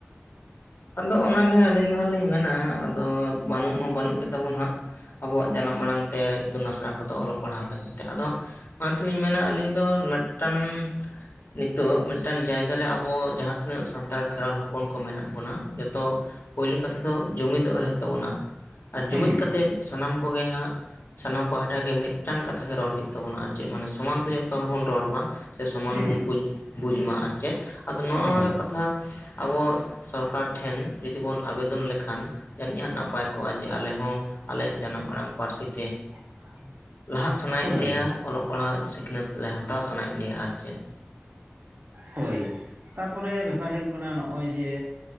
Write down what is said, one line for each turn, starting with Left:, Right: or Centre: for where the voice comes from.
Left: ᱟᱫᱚ ᱚᱱᱟᱜᱮ ᱦᱟᱸᱜ ᱟᱹᱞᱤᱧ ᱫᱚ ᱦᱟᱸᱜ ᱞᱤᱧ ᱢᱮᱱᱟ ᱟᱫᱚ ᱵᱟᱹᱱᱩᱜ ᱢᱟ ᱵᱟᱹᱱᱩᱜ ᱜᱮᱛᱟ ᱵᱚᱱᱟ ᱦᱟᱸᱜ ᱟᱵᱚᱣᱟᱜ ᱡᱟᱱᱟᱢ ᱟᱲᱟᱝ ᱛᱮ ᱤᱛᱩᱱ ᱟᱥᱲᱟ ᱠᱚᱫᱚ ᱚᱞᱚᱜ ᱯᱟᱲᱦᱟᱣ ᱞᱟᱹᱜᱤᱫ ᱛᱮ ᱟᱫᱚ ᱚᱱᱟ ᱛᱮᱞᱤᱧ ᱢᱮᱱᱟ ᱟᱹᱞᱤᱧ ᱫᱚ ᱢᱤᱫᱴᱟᱝ ᱱᱤᱛᱚᱜ ᱢᱤᱫ ᱴᱟᱱ ᱡᱟᱭᱜᱟ ᱨᱮ ᱟᱵᱚ ᱡᱟᱦᱟᱸ ᱛᱤᱱᱟᱹᱜ ᱥᱟᱱᱛᱟᱲ ᱠᱷᱮᱨᱣᱟᱞ ᱦᱚᱯᱚᱱ ᱠᱚ ᱢᱮᱱᱟᱜ ᱡᱚᱛᱚ ᱯᱳᱭᱞᱳ ᱠᱟᱛᱷᱟ ᱫᱚ ᱡᱩᱢᱤᱫᱚᱜ ᱦᱩᱭᱩᱜ ᱛᱟᱵᱚᱱᱟ ᱟᱨ
Right: ᱦᱩᱸ
Left: ᱡᱩᱢᱤᱫ ᱠᱟᱛᱮ ᱥᱟᱱᱟᱢ ᱠᱚᱜᱮ ᱦᱟᱸᱜ ᱥᱟᱱᱟᱢ ᱯᱟᱦᱴᱟ ᱜᱮ ᱢᱤᱫᱴᱟᱱ ᱠᱟᱛᱷᱟ ᱜᱮ ᱨᱚᱲ ᱦᱩᱭᱩᱜ ᱛᱟᱵᱚᱱᱟ ᱟᱨ ᱪᱮᱫ ᱢᱟᱱᱮ ᱥᱚᱢᱟᱱᱛᱮ ᱡᱚᱛᱚ ᱦᱚᱲ ᱵᱚᱱ ᱨᱚᱲ ᱢᱟ ᱾ ᱥᱮ ᱥᱚᱢᱟᱱ
Right: ᱦᱩᱸ
Left: ᱵᱚᱱ ᱵᱩᱡᱽ ᱢᱟ ᱟᱨ ᱪᱮᱫ ᱟᱫᱚ ᱱᱚᱜᱼᱚ
Right: ᱦᱳᱭ
Left: ᱱᱚᱣᱟ ᱠᱟᱛᱷᱟ ᱟᱵᱚ ᱥᱚᱨᱠᱟᱨ ᱴᱷᱮᱱ ᱡᱩᱫᱤ ᱵᱚᱱ ᱟᱵᱮᱫᱚᱱ ᱞᱮᱠᱷᱟᱱ ᱡᱟᱹᱱᱤᱡ ᱦᱟᱸᱜ ᱱᱟᱯᱟᱭ ᱠᱚᱜᱼᱟ ᱡᱮ ᱟᱞᱮ ᱦᱚᱸ ᱟᱞᱮᱭᱟᱜ ᱡᱟᱱᱟᱢ ᱟᱲᱟᱝ ᱯᱟᱹᱨᱥᱤ ᱛᱮ
Right: <unintelligible>
Left: ᱞᱟᱦᱟᱜ ᱥᱟᱱᱟᱭᱮᱫ
Right: ᱦᱳᱭ
Left: ᱞᱮᱭᱟ ᱚᱞᱚᱜ, ᱯᱟᱲᱦᱟᱜ, ᱥᱤᱠᱷᱱᱟᱹᱛ, ᱞᱮ ᱦᱟᱛᱟᱣ ᱥᱟᱱᱟᱭᱮᱫ ᱞᱮᱭᱟ ᱟᱨ ᱪᱮᱫ
Right: ᱦᱳᱭ ᱛᱟᱨᱯᱚᱨᱮ ᱵᱮᱯᱟᱨ ᱦᱩᱭᱩᱜ ᱠᱟᱱᱟ ᱱᱚᱜᱼᱚᱭ ᱡᱮ